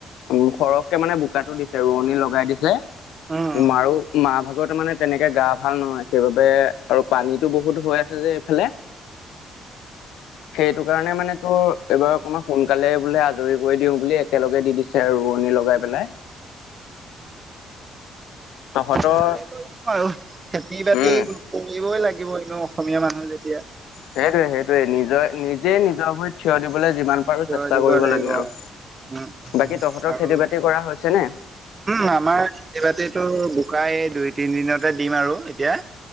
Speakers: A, on the left; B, on the right.
A: উ সৰহকে মানে বোকাটো দিছে ৰোৱনী লগাই দিছে।
B: উম।
A: মাৰো মা ভাগতে মানে তেনেকে গা ভাল নহয় সেইবাবে আৰু পানীতটো বহুত হৈ আছে যে এইফালে। সেইটো কাৰণে মানে তোৰ এইবাৰ অকমান সোনকালে বোলে আজৰি কৰি দিও বুলি একেলগে দি দি ছে ৰোৱনী লগাই পেলাই। তহঁতৰ
B: ভালে কৰিছো আৰু খেতি বাতি
A: উম
B: কৰিবই লাগিব এনে অসমীয়া মানুহ যেতিয়া।
A: সেইটোৱে সেইটোৱে নিজৰ নিজে নিজৰ ভৰিত থিয় দিবলৈ যিমান পাৰোঁ
B: থিয়
A: চেষ্টা
B: দিব
A: কৰিব
B: লাগিব
A: লাগে আৰু,
B: উম,
A: বাকী তোহতৰ
B: আৰু
A: খেতি বাতি কৰা হৈছে নে?
B: উম আমাৰ খেতি বাতিতো বোকাই দুই তিন দিনতে দিম আৰু এতিয়া।